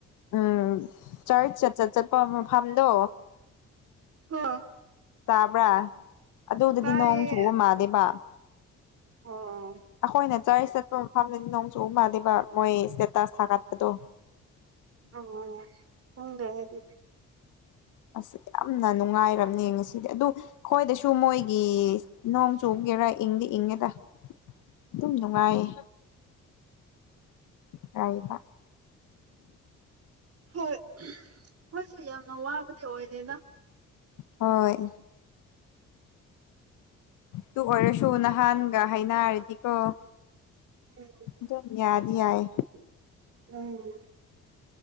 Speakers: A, on the left; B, on the right.
A: ꯎꯝ ꯆꯔꯆꯠ ꯆꯠ ꯆꯠꯄ ꯃꯐꯝꯗꯣ
B: ꯑꯥ
A: ꯇꯥꯕ꯭ꯔꯥ ꯑꯗꯨꯗꯗꯤ
B: ꯇꯥꯏꯌꯦ
A: ꯅꯣꯡ ꯆꯨꯕ ꯃꯥꯜꯂꯦꯕ
B: ꯑꯣ
A: ꯑꯈꯣꯏꯅ ꯆꯔꯁ ꯆꯠꯄ ꯃꯐꯝꯗꯗꯤ ꯅꯣꯡ ꯆꯨꯕ ꯃꯥꯜꯂꯦꯕ ꯃꯣꯏ ꯏꯁꯇꯦꯇꯥꯁ ꯊꯥꯒꯠꯄꯗꯣ
B: ꯎꯝ ꯈꯪꯗꯦ ꯑꯩꯗꯤ
A: ꯑꯁ ꯌꯥꯝꯅ ꯅꯨꯡꯉꯥꯏꯔꯝꯅꯤ ꯉꯁꯤꯗꯤ ꯑꯗꯨ ꯈꯣꯏꯗꯁꯨ ꯃꯣꯏꯒꯤ ꯅꯣꯡ ꯆꯨꯕꯒꯤꯔ ꯏꯪꯗꯤ ꯏꯪꯉꯦꯗ
B: <inaudible>
A: ꯑꯗꯨꯝ ꯅꯨꯡꯉꯥꯏꯌꯦ ꯔꯥꯏꯕ
B: ꯍꯣꯏ ꯍꯣꯏꯁꯨ ꯌꯥꯝꯅ ꯋꯥꯕꯗꯤ ꯑꯣꯏꯗꯦꯗ
A: ꯍꯣꯏ ꯇꯨ ꯑꯣꯏꯔꯁꯨ ꯅꯍꯥꯟꯒ ꯍꯥꯏꯅꯔꯗꯤꯀꯣ
B: <unintelligible>
A: ꯑꯗꯨꯝ ꯌꯥꯗꯤ ꯌꯥꯏ
B: ꯎꯝ